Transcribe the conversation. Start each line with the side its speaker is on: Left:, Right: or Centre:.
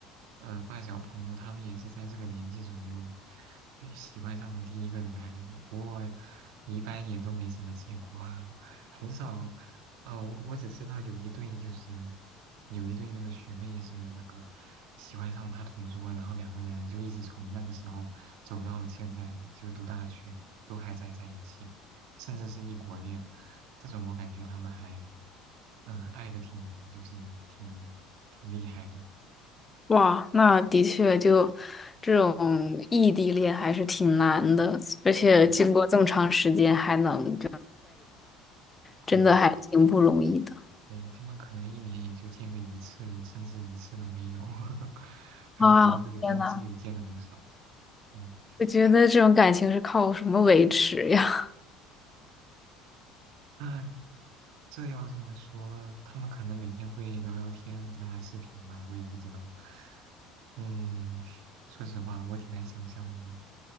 Right: 呃，发小朋友，他们也是在这个年纪左右，呃喜欢上了第一个女孩子，不过一般也都没什么结果，<laughs> 很少。呃，我我只知道有一对就是有一对那个学妹是那个喜欢上他同桌，然后两个人就一直从那个时候走到了现在，就读大学都还在在一起，甚至是异国恋，这种我感觉他们还。嗯，爱的挺就是挺挺厉害的，
Left: 哇，那的确就这种异地恋还是挺难的，而且经过这么长时间还能，
Right: 对对
Left: 真的还挺不容易的。
Right: 对，他们可能一年也就见个一次，甚至一次都没有，<laughs> 可能比那个牛郎织女见的都少。
Left: 啊，天呐！
Right: 嗯，
Left: 我觉得这种感情是靠什么维持呀？
Right: 哎，这要这么说，他们可能每天会聊聊天、打打视频吧，我也不知道。嗯，<laughs> 说实话，我挺难想象的。